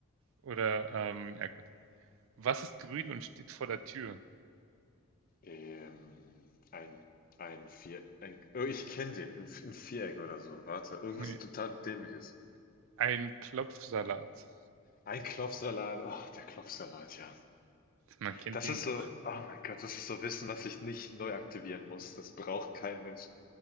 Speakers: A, on the right; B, on the left.
A: Oder, ähm, ja gut. Was ist grün und steht vor der Tür?
B: Ähm, ein, ein Vier, ein, oh, ich kenne den, ein, ein Viereck oder so. Warte, irgendwas
A: Nee,
B: total Dämliches.
A: Ein Klopfsalat.
B: Ein Klopfsalat, oh der Klopfsalat, ja.
A: Man kennt
B: Das
A: ihn
B: ist
A: doch.
B: so, oh mein Gott, das ist so Wissen, was ich nicht neu aktivieren muss. Das braucht kein Mensch.